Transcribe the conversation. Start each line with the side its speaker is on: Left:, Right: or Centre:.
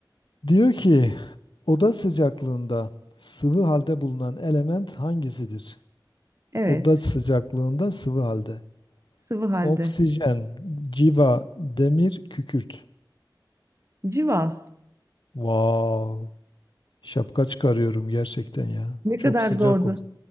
Left: Diyor ki oda sıcaklığında sıvı halde bulunan element hangisidir?
Right: Evet,
Left: Oda sıcaklığında sıvı halde.
Right: sıvı halde.
Left: Oksijen, civa, demir, kükürt.
Right: Civa.
Left: Wow. Şapka çıkarıyorum gerçekten ya.
Right: Ne
Left: Çok
Right: kadar
Left: sıcak
Right: zordu.
Left: oldu.